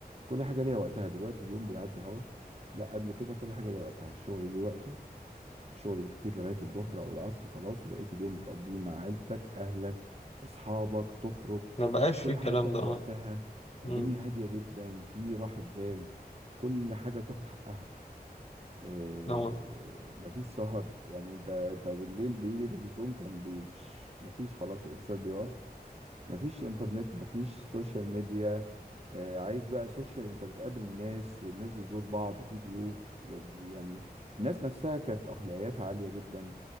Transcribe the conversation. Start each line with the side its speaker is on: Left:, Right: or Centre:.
Right: كل حاجة ليها وقتها دلوقتي اليوم بيعدي هوا لا قبل كده كل حاجة ليها وقتها الشغل ليه وقته الشغل بالكتير لغاية الظهر أو العصر خلاص وبقيت اليوم بتقضيه مع عيلتك أهلك أصحابك تخرج
Left: ما بقاش
Right: كل
Left: في الكلام
Right: حاجة بتاخد
Left: ده اه
Right: وقتها الدنيا
Left: مم.
Right: هادية جدا في راحة بال كل حاجة بتاخد حقها إيه
Left: اه
Right: مفيش سهر يعني انت انت بالليل بيجي تلفزيون كان بي- مش مفيش خلاص الارسال بيقف مفيش انترنت مفيش سوشيال ميديا إيه عايز بقى سوشيال انت بتقابل الناس الناس بتزور بعض في ضيوف يعني الناس نفسها كانت اخلاقياتها عالية جدا